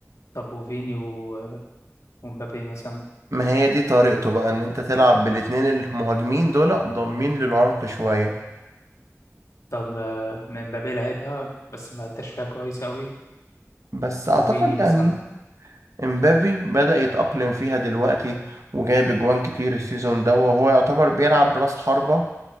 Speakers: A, on the left (about 70°); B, on the right (about 70°).
A: طب وفيني و- ومبابي مثلا
B: ما هي دي طريقته بقى ان انت تلعب بالاتنين المهاجمين دول ضامين للعمق شوية
A: طب آه، مبابي لعبها بس ما اداش فيها كويس قوي
B: بس اعتقد
A: وفيني مثلا
B: يعني امبابي بدأ يتأقلم فيها دلوقتي وجايب اجوان كتير السيزون ده وهو يعتبر بيلعب براس حربة